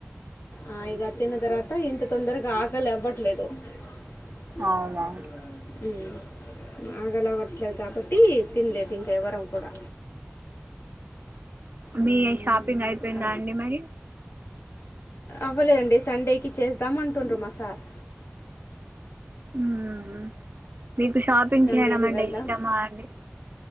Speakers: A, on the left (about 85°); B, on the right (about 55°).
A: ఆ ఇగ అది తన్న తర్వాత ఇంత తొందరగా ఆకలి అవ్వట్లేదు మ్
B: అవునవును
A: ఆకలి అవట్లేదు కాబట్టి తినలేదు, ఇంకా ఎవరం కూడా
B: మీ
A: ఉమ్,
B: షాపింగ్ అయిపోయిందా,
A: ఆ,
B: అండి మరి
A: అవ్వలేదండి, సండేకి చేద్దాం అంటుండ్రు మాసార్
B: మ్ మీకు షాపింగ్
A: సండేకి
B: చేయడం, అంటే
A: వెళ్దాం
B: ఇష్టమా అండి